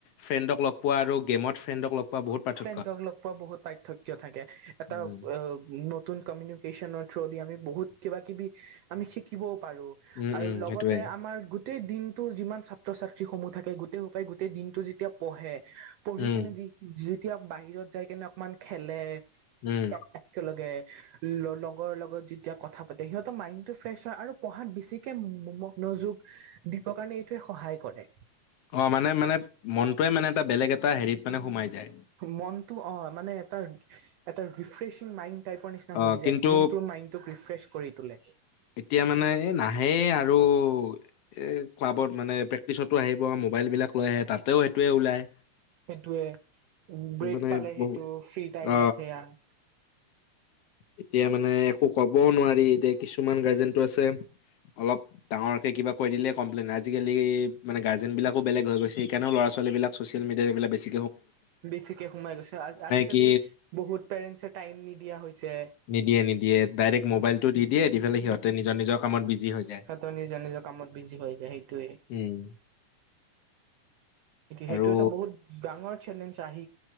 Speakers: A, on the left (about 70°); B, on the right (about 80°).
A: ফ্ৰেণ্ডক লগ পোৱা আৰু গেমত ফ্ৰেণ্ডক লগ পোৱা বহুত পাৰ্থক্য।
B: ফ্ৰেণ্ডক লগ পোৱা বহুত পাৰ্থক্য থাকে। এটা
A: উম,
B: আ নত তুন কমিউনুকেচনৰ থ্ৰু দি আমি বহুত কিবা কিবি আমি শিকিবও পাৰো
A: উম,
B: আৰু
A: উম,
B: লগতে
A: সেইটোয়ে
B: আমাৰ গোট টেই দিনটো যিমান ছাত্ৰ -ছাত্ৰীসমূহ থাকে গোটেই সোপায় গোটেই দিনটো যেতিয়া পঢ়ে পঢ়ি
A: উম,
B: কেনে যি যেতিয়া বাহিৰত যাই কেনে অকমান খেলে
A: উম,
B: এক একেলগে ল লগৰ লগত যেতিয়া কথা পাতে সিহতৰ মাইণ্ডটো ফ্ৰেছ হয় আৰু পঢ়াত বেছিকে ম ম মন মনযোগ দিবৰ কাৰণে এইটোৱে সহায় কৰে।
A: অ', মানে মানে মনটোৱে মানে এটা বেলেগ এটা হেৰিত মানে সোমাই যায়।
B: মনটো অ' মানে এটা এটা ৰিফ্ৰেছিং মাইণ্ড টাইপৰ নিচিনা
A: অ',
B: হৈ যায়,
A: কিন্তু
B: যোনটো মাইণ্ড টোক ৰিফ্ৰেছ কৰি তোলে।
A: এতিয়া মানে এ নাহে আৰু এ ক্লাবত মানে প্ৰেক্টিচতো আহিব মোৰ মোবাইবিলাক লৈ আহে তাতে সেইটোৱে ওলায়।
B: সেইটোৱে, ব্ৰেক
A: মানে
B: পালে সেইটো
A: বহুত
B: ফ্ৰী টাইমত
A: অ
B: সেয়া <inaudible>
A: এতিয়া মানে একো ক'বও নোৱাৰি, এতিয়া কিছুমান গাৰ্জেনটো আছে অলপ ডাঙৰকে কিবা কৰি দিলে কমপ্লেইন আজিকালি মানে গাৰ্জেন বিলাকো বেলেগ হৈ গৈছে সেইকাৰণেও ল'ৰা- ছো ৱালীবিলাক চচিয়েল মিডিয়া এইবিলাক বেছি
B: বেছিকে সোমাই গৈছে। আ আ আজিকালি
A: কি
B: বহুত পেৰেণ্টছে টাইম নিদিয়া হৈছে।
A: নিদিয়ে নিদিয়ে, ডাইৰেক্ট মোবাইলটো দি দিয়ে, দি পেলাই সিহঁতে নিজৰ নিজৰ কামত বিজি হৈ যায়
B: সিহতৰ নিজৰ নিজৰ কামত বিজি হৈ যায় সেইটোয়েই। এইটো
A: উম
B: সেইটোৱেইটো
A: আৰু
B: এটা বহুত ডাঙৰ চেলেঞ্জ আহ